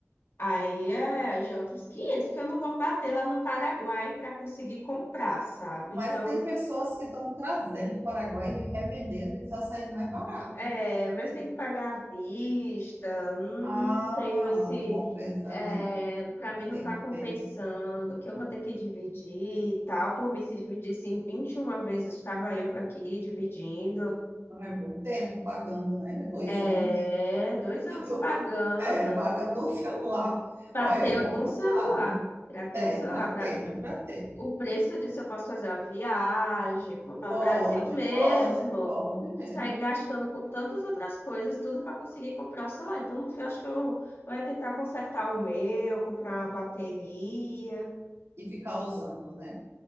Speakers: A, on the left; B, on the right.
A: Aí é já é outros 500, porque eu não vou bater lá no Paraguai para conseguir comprar, sabe?
B: Mas
A: Então,
B: tem pessoas que estão trazendo do Paraguai e revendendo e está saindo mais barato.
A: é, mas tem que pagar à vista, não
B: Ah,
A: tenho esse.
B: não compensa,
A: É,
B: né?
A: para mim não
B: Tem
A: tá
B: que
A: compensando,
B: ver.
A: que eu vou ter que dividir e tal. Por mim, se dividisse em 21 vezes, estava eu aqui dividindo.
B: Ah, É bom tempo pagando, né? É dois
A: É,
B: anos.
A: dois
B: <laughs>
A: anos pagando
B: É, pagando o celular.
A: para
B: Olha,
A: ter
B: é complicado.
A: um celular, para ter
B: É,
A: um celular.
B: para ter, né? Para ter.
A: o preço disso eu posso fazer uma viagem, pô, para
B: Pode,
A: o Brasil mesmo,
B: pode, pode mesmo.
A: sair gastando com tantas outras coisas, tudo para conseguir comprar o celular. Então, no fim, eu acho que eu vou é tentar consertar o meu, comprar uma bateria.
B: E ficar usando, né?